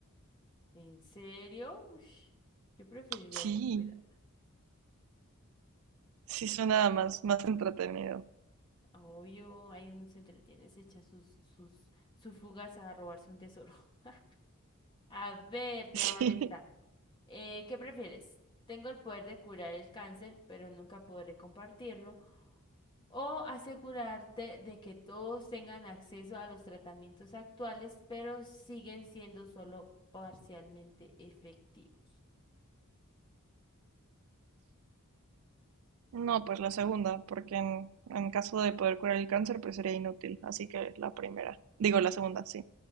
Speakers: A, on the left (about 20°); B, on the right (about 70°).
A: ¿En serio? Ush, yo preferiría
B: Sí,
A: ser un pirata.
B: sí suena más, más entretenido.
A: Obvio, ahí uno se entretiene, se echa sus, sus, sus fugas a robarse un tesoro. <laughs> A ver, te
B: <laughs> Sí.
A: va esta. Eh, ¿qué prefieres? Tengo el poder de curar el cáncer, pero nunca podré compartirlo. O asegurarte de que todos tengan acceso a los tratamientos actuales, pero siguen siendo solo parcialmente efectivos.
B: No, pues la segunda, porque en, en caso de poder curar el cáncer, pues sería inútil. Así que la primera. Digo, la segunda, sí.